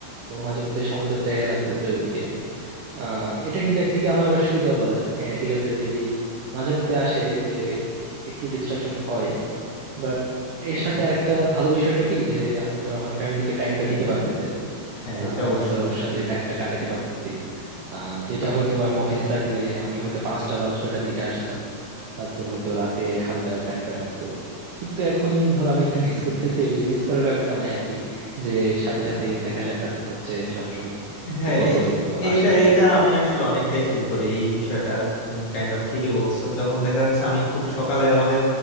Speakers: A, on the right (about 80°); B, on the left (about 60°).
A: ও মাঝে মধ্যে সময় তো দেয়া লাগতেছে ওইদিকে আহ এটা কিন্তু একদিকে আমার আবার সুবিধাও বলা যায় হ্যাঁ ঠিক আছে বেবি মাঝে মধ্যে আসে যে একটু ডিস্ট্রাকশন হয় বাট এর সাথে আরেকটা ভালো বিষয়টা কি যে আমি ধরো আমার ফ্যামিলিকে টাইমটা দিতে পারতেছি আর কি
B: হ্যাঁ
A: আহ,
B: এটা
A: আমি
B: অবশ্য
A: ধরো ওর সাথে
B: ঠিক
A: টাইমটা কাটাতে পারতেছি আহ, যেটা হয়তো বা আমি অফিসে থাকলে আমি হয়তো পাঁচটা বা ছয়টার দিকে আসতাম তারপর হয়তো রাতে হালকা টাইম কাটতো কিন্তু এখন ধরো আমি একটু মিস করতেছি এই যে মিস করার ব্যাপারটা নাই আর কি যে সাথে সাথে দেখা সাক্ষাৎ হচ্ছে সব সময় একটু
B: হ্যাঁ
A: পর
B: এ-
A: পরই ধরো
B: এইটা
A: আসতেছে
B: এইটা আমি আসলে অনেকটাই ফিল করি এই বিষয়টা তুমি কাইন্ড অফ ঠিকই বলছো যখন দেখা যাচ্ছে আমি খুব সকালে আমাদের